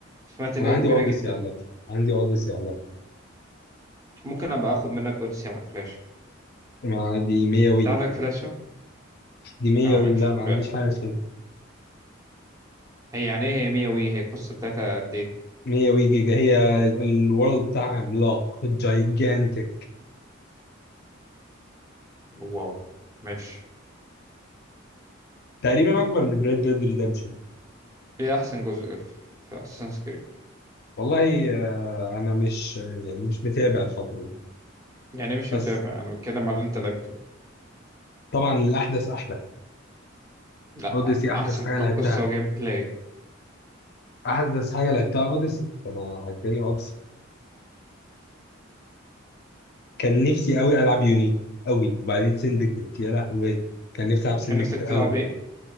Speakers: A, on the right; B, on the left.
A: سمعت انها
B: انا عندي
A: كبيره
B: اوديسي
A: جدا
B: على اللابتوب عندي اوديسي على اللابتوب
A: ممكن ابقى اخد منك اوديسي على فلاش
B: ما دي 100 وي
A: انت عندك فلاشه
B: دي 100
A: اه
B: وي
A: ماشي
B: لا ما
A: بقى.
B: عنديش حاجه تاني.
A: هي يعني ايه هي 100 وي هي القصه بتاعتها قد ايه
B: 100 جيجا هي ال- الورلد بتاعها عملاق جايجانتك
A: واو ماشي
B: تقريبا اكبر من ريد ديد ريدمشن
A: هي احسن جزء في, في اساسنس كريد
B: والله آه، انا مش يعني مش متابع الفتره دي
A: يعني مش
B: بس
A: متابع انا بتكلم على اللي انت لعبته
B: طبعا الاحدث احدث
A: لا
B: اوديسي احدث
A: احسن
B: حاجه
A: كقصه
B: لعبتها
A: وجيم بلاي
B: احدث حاجه لعبتها اوديسي انا عجباني اوديسي كان نفسي قوي العب يونيتي قوي وبعدين سندكت يا لهوي كان نفسي العب سندكت
A: كان نفسك
B: قوي
A: تلعب ايه